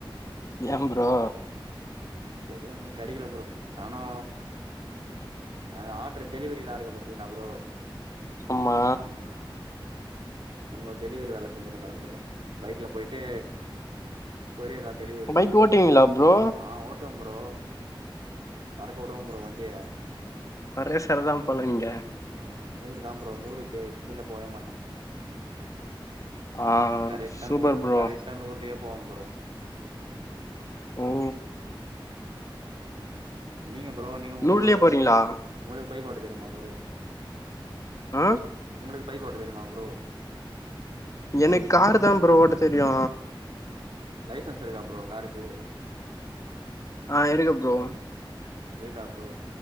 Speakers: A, on the left; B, on the right.
A: ஏ ப்ரோ
B: தெர்ல ப்ரோ கெடைக்கல ப்ரோ நானு அ ஆடரு டெலிவரியிலா இருக்கு பாத்தீங்களா ப்ரோ
A: ஆமா
B: ம் நம்ம டெலிவரி வேல செஞ்சுனுங்கற ப்ரோ பைக்ல போய்ட்டு கொரியர்லா டெலிவரி
A: பைக்
B: பண்ணணும்
A: ஓட்டுவீங்களா ப்ரோ
B: ஆ ஓட் டுவ ப்ரோ பறக்க விடுவோ ப்ரோ வண்டிய
A: வர்ற சரதா போல நீங்க
B: ஆ நூறு தா ப்ரோ நூறுக்கு கீழ போவே மாட்டே
A: ஆ
B: கரெட்டா
A: சூப்பர்
B: நூறு
A: ப்ரோ
B: கரெட்டா நூறுலயே போவ ப்ரோ
A: ஓ
B: ம் நீங்க ப்ரோ நீங்க உங்களுக்
A: நூர்லயே போறீங்களா
B: உங்களுக்கு பைக் ஓட்ட தெரியுமா ப்ரோ
A: ஆ
B: உங்களுக்கு பைக் ஓட்ட தெரியுமா ப்ரோ
A: எனக்கு காரு தா ப்ரோ ஓட்ட தெரியு
B: லைசென்ஸ் இருக்கா ப்ரோ காருக்கு
A: ஆ இருக்கு ப்ரோ
B: இருக்கா ப்ரோ